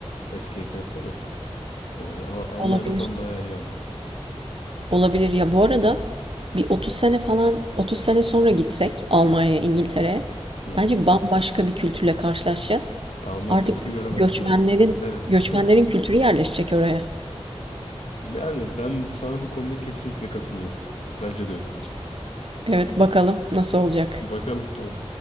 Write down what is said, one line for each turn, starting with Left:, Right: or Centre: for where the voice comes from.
Left: Eskiye kıyasla da. Ee, ama Almanya'da
Right: Olabilir.
Left: falan bayağı iyi ama.
Right: Olabilir. Ya bu arada bir 30 sene falan 30 sene sonra gitsek Almanya'ya, İngiltere'ye
Left: Hı hı.
Right: bence bambaşka bir kültürle karşılaşacağız.
Left: Ya Alman
Right: Artık
Left: kültürü
Right: çünkü
Left: göremezsin
Right: göçmenlerin
Left: artık. Evet.
Right: göçmenlerin kültürü yerleşecek oraya.
Left: Yani ben sana bu konuda kesinlikle katılıyorum. Bence de öyle olacak.
Right: Evet bakalım nasıl olacak.
Left: Bakalım. Hadi.